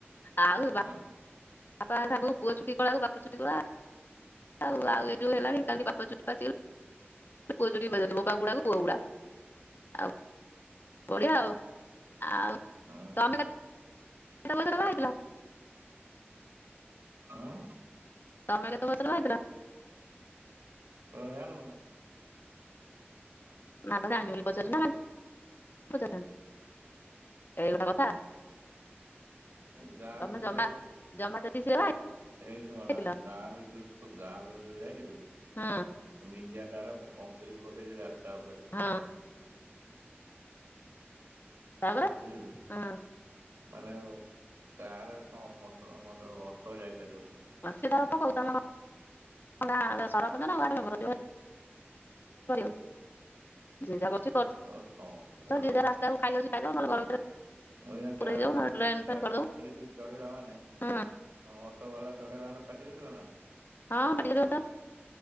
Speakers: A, on the left; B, on the right.
A: ଆଉ ସେ ବାପ୍
B: ହୁଁ
A: ବାପା <unintelligible> ପୁଅ ଚୁଟି କଳାକୁ ବାପା ଚୁଟି କଳା। ଆଉ ଆଉ ଏଇ ଯୋ ହେଲାନି କାଲି ବାପା ଚୁଟି ପାଚିଗଲା ପୁଅ ଚୁଟି ପାଚି ଯାଉଚି ବୋପା ବୁଡା ପୁଆ ବୁଡା ଆଉ ବଢିଆ ଆଉ। ଆଉ
B: ହୁଁ
A: ତମେ ଏ ମଝିରେ ବାହା ହୋଇଥିଲ?
B: ହଁ।
A: ତମେ କେତେ ବୟସରେ ବାହା ହେଇଥିଲ?
B: କ ଜାନୁ
A: ନାବପା ଜାଣିନି ବୋଲି ପଚାରୁଛିନା କାଇଁକି ପଚାରି ଥାଆନ୍ତି। ଏଇ ଗୋଟା କଥା।
B: ଗାଁ
A: ତମେ
B: ଭିତରୁକୁ
A: ଜମା
B: ଯାଇଥିଲି।
A: ଜମା ତେତିଶରେ ବାହା
B: ହେଇ ଶୁନା
A: ହେଇଥିଲ
B: ଗାଁ ଭିତରୁ ଗାଁ ଭିତରୁ ଯାଇଥିଲି।
A: ହଁ
B: ମିଜିଆ ତାରା କଂଙ୍କକ୍ରିଟ ପକେଇଛି ରାସ୍ତା ଉପରେ
A: ହଁ ତାପରେ
B: ବୁଝିଲୁ
A: ହଁ।
B: ମାନେ କାରରେ କଣ ମଟ ମଟ ଅଟୋ ଯାଇପାରିବନି।
A: ହଁ ସିଏ ତାର ପକାଉ ତମେ କଣ ତାର ସରପଞ୍ଚ ନା ୱାର୍ଡ ମେମ୍ବର <unintelligible> <unintelligible> ଜି ଯା କରଛି
B: ଆଉ ହଁ
A: ଜି ଯା ରାସ୍ତାକୁ ଖାଇ ଯାଉଛି ଖାଇ ଘର ଭିତରେ
B: ଐଅଟା
A: ପୁରେଇ ଦଉ ନହେଲେ ଡ୍ରେନ୍
B: ତା
A: ଫ୍ରେନ୍ କରିଦଉ
B: ଟ୍ରଙ୍କରେ ଦେଇ ଚଢିଲ ମାନେ
A: ହୁଁ
B: ଅଟୋ ବାଲା ଚଢେଇଲାନେ ପାଟି କରିବ ନା।
A: ହଁ ପାଟି କରିବ ତ